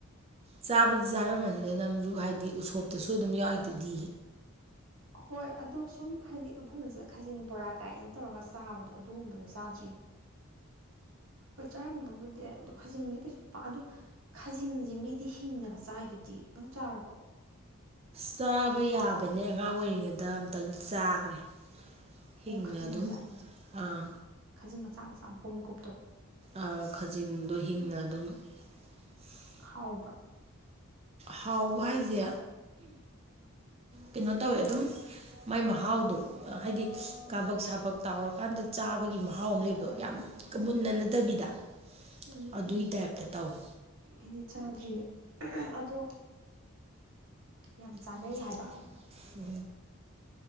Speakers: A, on the right; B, on the right.
A: ꯆꯥꯗꯤ ꯆꯥꯔꯝꯃꯅꯤꯅ ꯅꯪꯖꯨ ꯍꯥꯏꯗꯤ ꯎꯁꯣꯞꯇꯁꯨ ꯑꯗꯨꯝ ꯌꯥꯎꯏꯗꯨꯗꯤ
B: ꯍꯣꯏ ꯑꯗꯣ ꯁꯨꯝ ꯍꯥꯏꯗꯤ ꯃꯐꯝꯁꯤꯗ ꯈꯖꯤꯡ ꯕꯣꯔꯥ ꯀꯥꯏꯅ ꯇꯧꯔꯒ ꯆꯥꯕꯗꯣ ꯑꯗꯨꯒꯨꯝꯕꯗꯣ ꯆꯥꯗ꯭ꯔꯤ ꯍꯣꯏ ꯆꯥꯔꯝꯕꯕꯨꯗꯤ ꯑꯗꯣ ꯈꯖꯤꯡꯁꯦ ꯀꯩꯁꯨ ꯄꯥꯛ ꯑꯗꯣ ꯈꯖꯤꯡꯁꯦ ꯃꯤꯗꯤ ꯍꯤꯡꯅꯒ ꯆꯥꯏꯗꯨꯗꯤ ꯑꯗꯨ ꯆꯥꯔꯕꯣ
A: ꯆꯥꯕ ꯌꯥꯕꯅꯦ ꯑꯉꯥꯡ ꯑꯣꯏꯔꯤꯉꯩꯗ ꯑꯝꯇꯪ ꯆꯥꯒꯔꯦ ꯍꯤꯡꯅ
B: ꯑꯣ ꯈꯥꯖꯤꯡꯁꯦ
A: ꯑꯗꯨꯝ ꯑꯥ
B: ꯈꯥꯖꯤꯡ ꯃꯆꯥ ꯃꯆꯥ ꯃꯀꯨꯞ ꯃꯀꯨꯞꯇꯣ
A: ꯑꯥ ꯈꯖꯤꯡꯗꯣ ꯍꯤꯡꯅ ꯑꯗꯨꯝ <inaudible>
B: ꯈꯥꯎꯕ꯭ꯔꫭ
A: ꯍꯥꯎꯕ ꯍꯥꯏꯖꯦ ꯀꯩꯅꯣ ꯇꯧꯋꯦ ꯑꯗꯨꯝ ꯃꯥꯏ ꯃꯍꯥꯎꯗꯣ ꯍꯥꯏꯗꯤ ꯀꯥꯕꯛ ꯁꯥꯕꯛ ꯇꯥꯎꯔꯀꯥꯟꯗ ꯆꯥꯕꯒꯤ ꯃꯍꯥꯎ ꯑꯃ ꯂꯩꯕꯗꯣ ꯌꯥꯝ ꯃꯨꯟꯅ ꯅꯠꯇꯕꯤꯗ
B: ꯎꯝ
A: ꯑꯗꯨꯏ ꯇꯥꯏꯞꯇ ꯇꯧꯋꯦ
B: ꯑꯩꯗꯤ ꯆꯥꯗ꯭ꯔꯤ ꯑꯗꯣ ꯌꯥꯝ ꯆꯥꯅꯩ
A: ꯂꯝ ꯆꯥꯅ
B: ꯍꯥꯏꯕ
A: ꯌꯥꯕ ꯎ